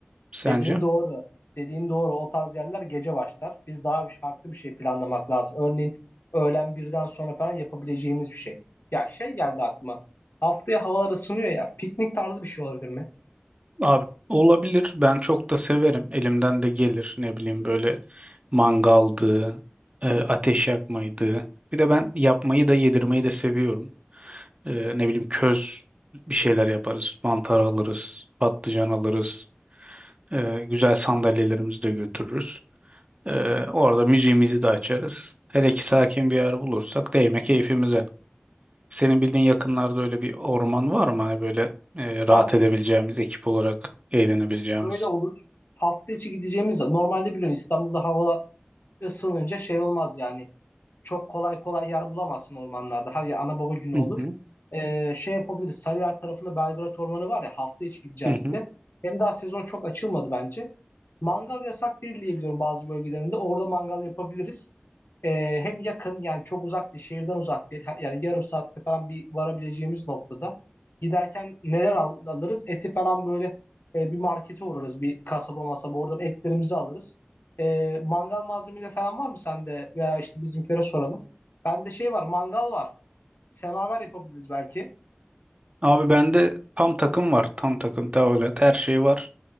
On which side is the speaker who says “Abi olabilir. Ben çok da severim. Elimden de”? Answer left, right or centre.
Right